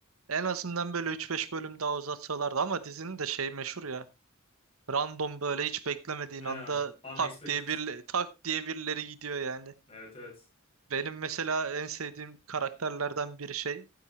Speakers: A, on the right; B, on the left.
A: En azından böyle üç beş bölüm daha uzatsalardı ama dizinin de şey meşhur ya. Random böyle hiç beklemediğin
B: Ya,
A: anda
B: unexpected.
A: tak diye bir tak diye birileri gidiyor yani.
B: Evet evet.
A: Benim mesela en sevdiğim karakterlerden biri şey